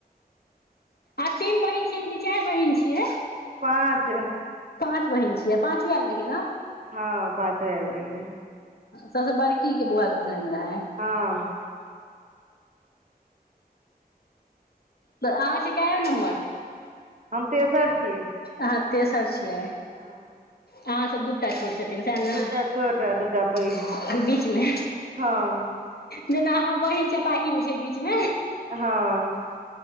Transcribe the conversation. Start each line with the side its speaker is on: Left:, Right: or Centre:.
Left: आ तीन बहिन छियै कि चारि बहन छियै
Right: पाँच
Left: पाँच बहिन छियै पाँचो आयल रहि ने
Right: हँ पाँचो आयल रहीयै
Left: सबस बड़की के बौआके उपनैन रहैन
Right: हँ
Left: त आहा के कायम नम्बर
Right: हम तेसर छीय
Left: आहाँ तेसर छियै
Right: हँ
Left: आंहा स दूदू का छोट छथिन सैह ने
Right: दूटा छोट आ दूटा पैघ
Left: बीच मे
Right: हँ
Left: जेना हमर बहिन चपाही में छै बीचमे
Right: हँ